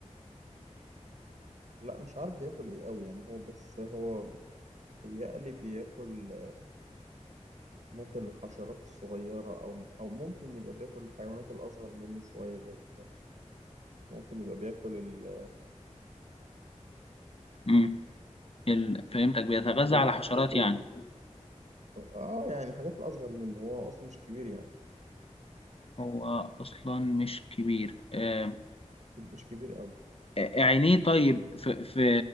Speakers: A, on the right (about 70°); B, on the left (about 50°).
A: لا مش عارف بياكل ايه قوي يعني هو بس هو يقلي بياكل ممكن الحشرات الصغيرة او او ممكن يبقى بياكل الحيوانات الاصغر منه شوية ممكن يبقى بياكل ال
B: مم. ال... فهمتك بيتغذى
A: ب...
B: على حشرات
A: ب...
B: يعني
A: اه يعني الحاجات الاصغر منه هو اصلا مش كبير يعني
B: هو أصلا مش كبير آه
A: مش كبير قوي
B: عينيه طيب في في